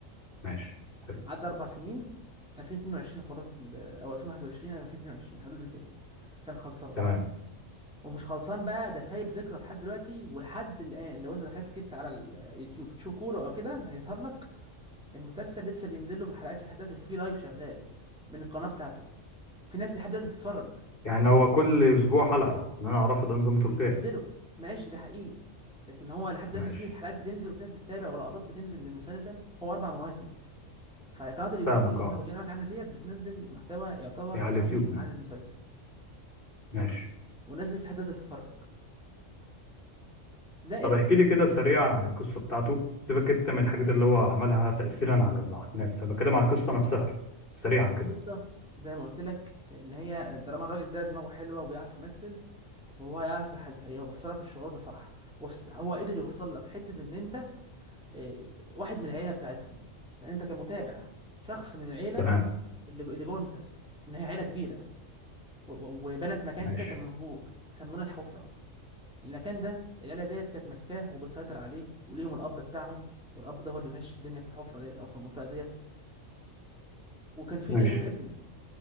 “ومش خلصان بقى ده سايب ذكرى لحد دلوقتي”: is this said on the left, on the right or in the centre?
Centre